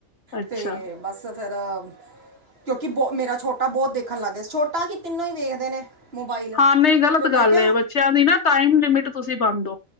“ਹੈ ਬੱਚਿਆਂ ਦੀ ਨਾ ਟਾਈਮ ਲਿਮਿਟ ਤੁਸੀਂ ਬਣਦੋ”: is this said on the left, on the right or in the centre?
Left